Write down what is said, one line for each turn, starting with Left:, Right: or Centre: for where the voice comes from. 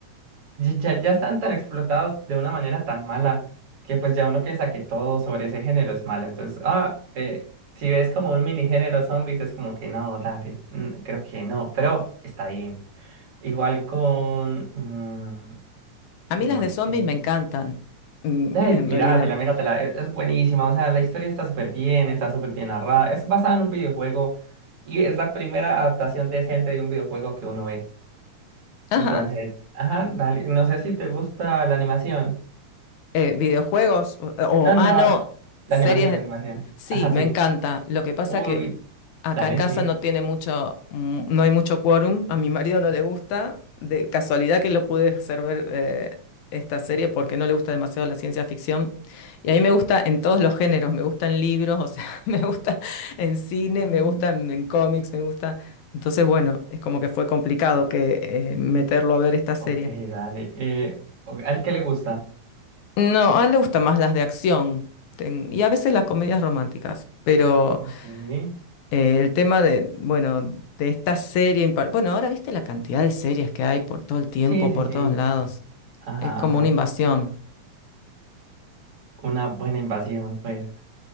Right: ya, ya ya están tan explotados de una manera tan mala que pues ya uno piensa que todo sobre ese género es malo. Entonces, ah, eh, si ves como un mini género zombies, es como que no, dale, mm, creo que no, pero está bien. Igual con, mm,
Left: A mí
Right: no
Left: las de
Right: sé.
Left: zombies me encantan, mm,
Right: Ay,
Left: en
Right: míratela,
Left: realidad.
Right: míratela, e- es buenísima, o sea, la historia está súper bien, está súper bien narrada, es basada en un videojuego y es la primera adaptación decente de un videojuego que uno ve.
Left: Ajá.
Right: Entonces, ajá, dale, no sé si te gusta la animación.
Left: Eh, videojuegos o, eh, o-
Right: No, no,
Left: ah, no, series.
Right: la animación, la animación.
Left: Sí,
Right: Ajá, sí.
Left: me encanta. Lo que pasa
Right: Uy,
Left: que acá
Right: dale,
Left: en casa
Right: sí.
Left: no tiene mucho, mm, no hay mucho quórum. A mi marido no le gusta. De casualidad que lo pude hacer ver eh, esta serie porque no le gusta demasiado la ciencia ficción. Y a mí me gusta en todos los géneros. Me gustan libros, o sea, <laughs> me gusta en cine,
Right: Mm,
Left: me gustan en cómics, me gusta. Entonces, bueno, es como que fue complicado que eh,
Right: mm,
Left: meterlo a ver esta serie.
Right: ok, dale. Eh, o- ¿al que le gusta?
Left: No, a él le gustan más las de acción ten- y a veces las comedias románticas, pero
Right: Ok. Sí,
Left: eh, el tema de, bueno, de esta serie, en par- bueno, ahora viste la cantidad de series que hay por todo el tiempo,
Right: sí,
Left: por
Right: sí.
Left: todos lados,
Right: Ajá,
Left: es como
Right: ajá.
Left: una invasión.
Right: Una buena invasión, pues.